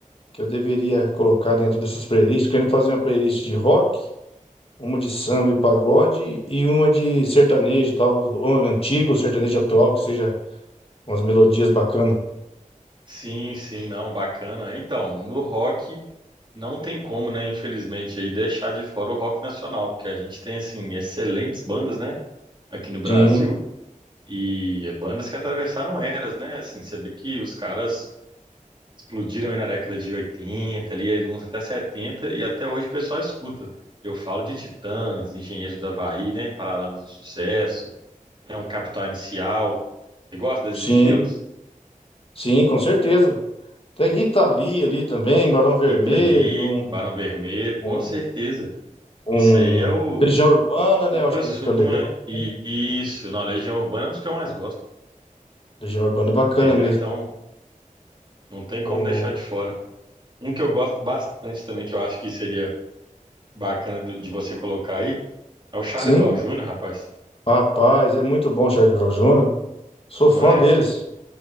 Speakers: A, on the left (about 45°); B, on the right (about 35°).
A: que eu deveria colocar dentro dessas playlists. Querendo fazer uma playlist de rock, uma de samba e pagode e uma de sertanejo e tal, ou antigo, ou sertanejo atual, que seja umas melodias bacanas.
B: Sim, sim, não, bacana. Então, no rock não tem como, né, infelizmente, aí deixar de fora o rock nacional, porque a gente tem assim excelentes bandas, né, aqui no Brasil
A: Sim,
B: e é bandas que atravessaram eras, né? Assim, você vê que os caras explodiram aí na década de 80 ali aí uns até 70 e até hoje o pessoal escuta. Eu falo de Titãs, Engenheiros do Havaí, né, Paralamas do Sucesso, é um Capital Inicial. Você gosta desses
A: sim.
B: estilos?
A: Sim, com certeza. Tem Rita Lee ali também, Barão Vermelho,
B: Rita Lee,
A: um,
B: Barão Vermelho, com
A: um,
B: certeza.
A: um-
B: Isso aí é o
A: Legião Urbana, né?
B: suprassumo,
A: Eu acho que fica legal.
B: né? E
A: também.
B: isso, na Legião Urbana é um dos que eu mais gosto,
A: Legião Urbana é bacana
B: entendeu?
A: mesmo.
B: Então, não tem como
A: O...
B: deixar de fora. Um que eu gosto bastante também, que eu acho que seria bacana do- de você colocar aí, é o Charlie
A: Sim,
B: Brown Jr., rapaz.
A: rapaz, é muito bom o Charlie Brown Jr. Sou
B: Não
A: fã
B: é?
A: deles,